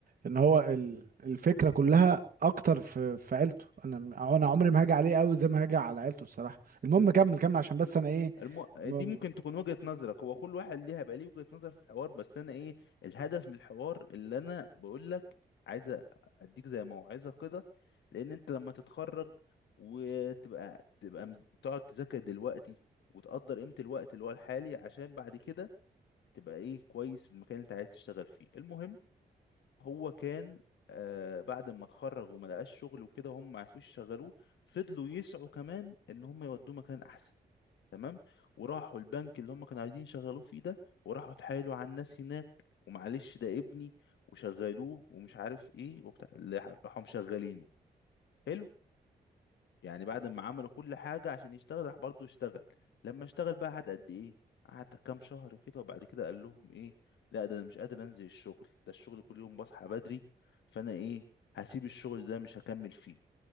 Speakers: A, on the right (about 50°); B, on the left (about 75°).
A: ان هو ال- الفكره كلها اكتر في في عيلته انا م- انا عمري ما هاجي عليه قوي زي ما هاجي على عيلته الصراحه المهم كمل كمل عشان بس انا ايه
B: الم... دي
A: م- م-
B: ممكن تكون وجهة نظرك هو كل واحد ليها بقى ليه وجهة نظر في الحوار بس انا ايه الهدف من الحوار اللي انا بقول لك عايز أ- اديك زي موعظة كده لان انت لما تتخرج وتبقى تبقى مز... تقعد تذاكر دلوقتي وتقدر قيمة الوقت اللي هو الحالي عشان بعد كده تبقى ايه كويس في المكان اللي انت عايز تشتغل فيه المهم هو كان آه، بعد ما اتخرج وما لقاش شغل وكده وهم ما عرفوش يشغلوه فضلوا يسعوا كمان ان هم يودوه مكان احسن تمام وراحوا البنك اللي هم كانوا عايزين يشغلوه فيه ده وراحوا اتحايلوا على الناس هناك ومعلش ده ابني وشغلوه ومش عارف ايه وبتاع اللي راحوا مشغلينه حلو يعني بعد ما عملوا كل حاجة عشان يشتغل راح برضه اشتغل لما اشتغل بقى قعد قد ايه قعد كام شهر كده وبعد كده قال لهم ايه لا ده انا مش قادر انزل الشغل ده الشغل كل يوم بصحى بدري فانا ايه هسيب الشغل ده مش هكمل فيه